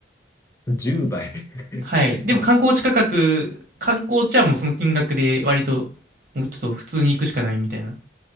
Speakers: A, on the left; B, on the right.
A: <laughs> 10倍。
B: はい。
A: <laughs>
B: でも観光地価格、観光地はもうその金額で割と、もうちょっと普通に行くしかないみたいな。